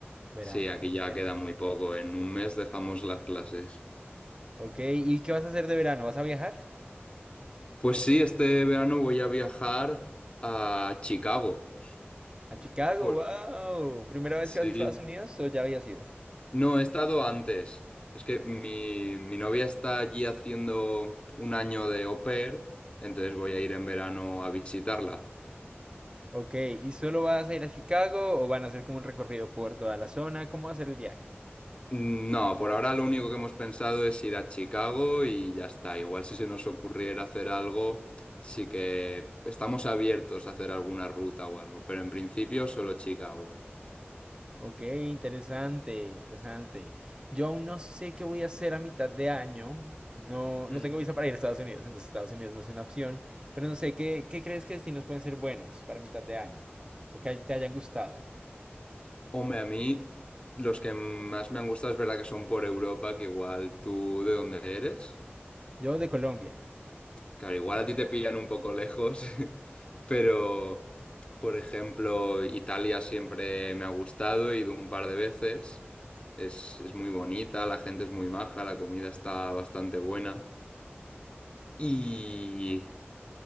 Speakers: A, on the right; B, on the left.
A: Verano,
B: Sí, aquí
A: qué genial.
B: ya queda muy poco. En un mes dejamos las clases.
A: Ok, ¿y qué vas a hacer de verano? ¿Vas a viajar?
B: Pues sí, este verano voy a viajar a Chicago.
A: ¿A Chicago?
B: Por-
A: ¡Wow! ¿Primera vez
B: Sí.
A: que vas a Estados Unidos o ya habías ido?
B: No, he estado antes. Es que mi, mi novia está allí haciendo un año de au pair, entonces voy a ir en verano a visitarla.
A: Ok, ¿y solo vas a ir a Chicago o van a hacer como un recorrido por toda la zona? ¿Cómo va a ser el viaje?
B: No, por ahora lo único que hemos pensado es ir a Chicago y ya está. Igual si se nos ocurriera hacer algo, sí que estamos abiertos a hacer alguna ruta o algo, pero en principio solo Chicago.
A: Ok, interesante, interesante. Yo aún no sé qué voy a hacer a mitad de año. No,
B: Mm.
A: no tengo visa para ir a Estados Unidos, entonces Estados Unidos no es una opción. Pero no sé, ¿qué, qué crees que destinos pueden ser buenos para mitad de año? O que te hayan gustado.
B: Hombre, a mí los que más me han gustado es verdad que son por Europa, que igual tú, ¿de dónde eres?
A: Yo de Colombia.
B: Claro, igual a ti te pillan un poco lejos, <laughs> pero por ejemplo, Italia siempre me ha gustado, he ido un par de veces. Es, es muy bonita, la gente es muy maja, la comida está bastante buena. Y